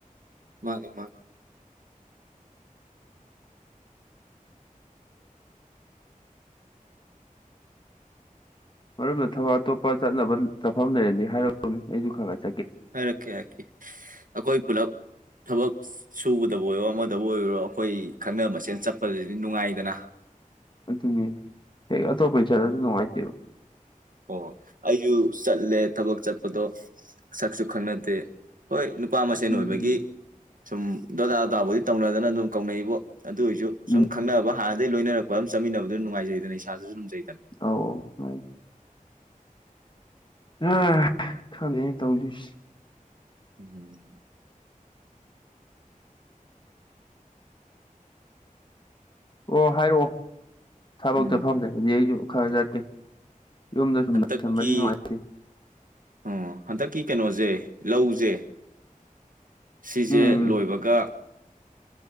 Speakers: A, on the right (about 70°); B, on the left (about 35°).
A: ꯃꯥꯅꯦ ꯃꯥꯅꯦ
B: ꯃꯔꯝꯅ ꯊꯕꯛ ꯑꯇꯣꯞꯄ ꯆꯠꯅꯕ ꯆꯠꯐꯝ ꯂꯩꯔꯅꯤ ꯍꯥꯏꯔꯅꯤ ꯑꯩꯁꯨ ꯈꯪꯒꯁꯤ
A: ꯍꯥꯏꯔꯛꯀꯦ ꯍꯥꯏꯔꯛꯀꯦ ꯑꯩꯈꯣꯏ ꯄꯨꯂꯞ ꯊꯕꯛ ꯁꯨꯕꯗꯕꯨ ꯑꯣꯏꯔꯣ ꯑꯃꯗꯕꯨ ꯑꯣꯏꯔꯣ ꯑꯩꯈꯣꯏ ꯈꯪꯅꯕ ꯃꯆꯦꯜ ꯆꯠꯄꯗꯗꯤ ꯅꯨꯡꯉꯥꯏꯗꯅ
B: ꯑꯗꯨꯅꯦ ꯍꯦꯛ ꯑꯇꯣꯞꯄ ꯏꯆꯥꯗ ꯑꯗꯨ ꯅꯨꯡꯉꯥꯏꯇꯦꯕ
A: ꯍꯣꯏ ꯑꯩꯁꯨ ꯆꯠꯂꯦ ꯊꯕꯛ ꯆꯠꯄꯗꯣ ꯁꯛꯁꯨ ꯈꯪꯅꯗꯦ ꯍꯣꯏ ꯅꯨꯄꯥ ꯃꯁꯦꯟ
B: ꯎꯝ
A: ꯑꯣꯏꯕꯒꯤ ꯁꯨꯝ ꯗꯣꯗꯥ ꯗꯣꯗꯥꯕꯨꯗꯤ ꯇꯧꯅꯗꯅ ꯑꯗꯨꯝ ꯀꯧꯅꯩꯕꯨ ꯑꯗꯨꯏꯁꯨ
B: ꯎꯝ
A: ꯁꯨꯝ ꯈꯪꯅꯕ ꯍꯥꯟꯅꯗꯒꯤ ꯂꯣꯏꯅꯔꯛꯄ ꯃ ꯌꯥꯝ ꯆꯠꯃꯤꯟꯅꯕꯗꯨꯅ ꯅꯨꯡꯉꯥꯏꯖꯩꯅ ꯏꯁꯥꯁꯨ ꯅꯨꯡꯖꯩꯗꯅ
B: ꯑꯧ ꯑꯧ ꯑ ꯈꯪꯗꯦꯅꯦ ꯇꯧꯗꯣꯐꯁꯦ
A: ꯎꯝ
B: ꯑꯣ ꯍꯥꯏꯔꯛꯑꯣ ꯊꯕꯛ
A: ꯎꯝ
B: ꯆꯠꯐꯝ ꯂꯩꯔꯗꯤ ꯑꯩꯁꯨ ꯈꯔ ꯆꯠꯀꯦ ꯌꯨꯝꯗ ꯁꯨꯝ
A: ꯍꯟꯗꯛꯀꯤ
B: ꯂꯩꯁꯟꯕꯁꯦ ꯅꯨꯡꯉꯥꯏꯇꯦ
A: ꯑꯣ ꯍꯟꯗꯛꯀꯤ ꯀꯩꯅꯣꯁꯦ ꯂꯧꯁꯦ ꯁꯤꯁꯦ
B: ꯎꯝ
A: ꯂꯣꯏꯕꯒ